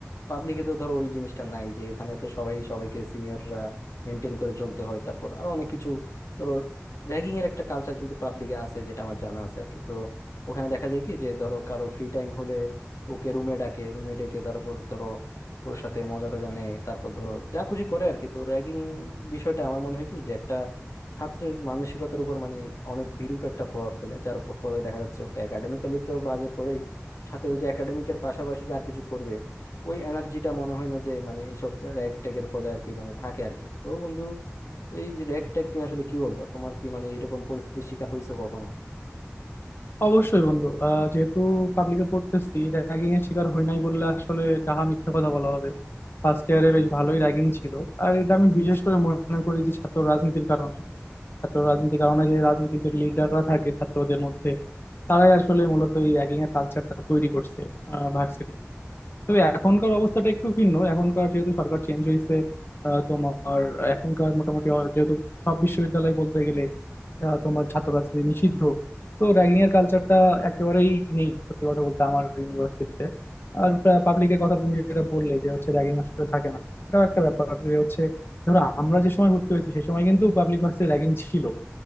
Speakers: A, on the left; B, on the left.
A: পাবলিকে তো ধরো ওই জিনিসটা নাই যে এখানে তো সবাই সবাইকে সিনিয়ররা মেনটেন করে চলতে হয় তারপর আরো অনেক কিছু ধরো র্যাগিং এর একটা কালচার কিন্তু পাবলিকে আছে যেটা আমার জানা আছে আর কি তো ওখানে দেখা যায় কি যে ধরো কারো ফ্রি টাইম হলে ওকে রুমে ডাকে রুমে ডেকে তারপর ধরো ওর সাথে মজা টজা নেয় তারপর ধরো যা খুশি করে আর কি তো র্যাগিং বিষয়টা আমার মনে হয় কি যে একটা ছাত্রের মানসিকতার উপর মানে অনেক বিরূপ একটা প্রভাব ফেলে যার প- ফলে দেখা যাচ্ছে ও তো একাডেমিক্যালি তো বাজে করেই সাথে ও যে একাডেমিকের পাশাপাশি যে আর কিছু করবে ওই এনার্জিটা মনে হয় না যে মানে এইসব র্যাগ ট্যাগের ফলে আর কি মানে থাকে আর কি তো বন্ধু এই যে র্যাগ ট্যাগ নিয়ে আসলে কি বলবা তোমার কি মানে এরকম পরিস্থিতির শিকার হয়েছে কখনো
B: অবশ্যই বন্ধু আহ, যেহেতু পাবলিকে পড়তেছি র্যাগিং এর শিকার হই নাই বললে আসলে ডাহা মিথ্যা কথা বলা হবে ফার্স্ট ইয়ারে বেশ ভালোই র্যাগিং ছিল আর এটা আমি বিশেষ করে মনে করি যে ছাত্র রাজনীতির কারণে ছাত্র রাজনীতির কারণে যে রাজনৈতিক যে লিডাররা থাকে ছাত্রদের মধ্যে তারাই আসলে মূলত এই র্যাগিং এর কালচারটা তৈরি করছে ভার্সিটি তবে এখনকার অবস্থাটা একটু ভিন্ন এখনকার যেহেতু সরকার চেঞ্জ হয়েছে আহ, তোমার এখনকার মোটামুটি অ- যেহেতু সব বিশ্ববিদ্যালয় বলতে গেলে আহ, তোমার ছাত্র রাজনীতি নিষিদ্ধ তো র্যাগিং এর কালচারটা একেবারেই নেই সত্যি কথা বলতে আমার ইউনিভার্সিটিতে আর পাবলিকের কথা তুমি যেটা বললে যে হচ্ছে র্যাগিং আসলে থাকে না সেটাও একটা ব্যাপার যে হচ্ছে ধরো আমরা যে সময় ভর্তি হয়েছি সেই সময় কিন্তু পাবলিক ভার্সিটি র্যাগিং ছিল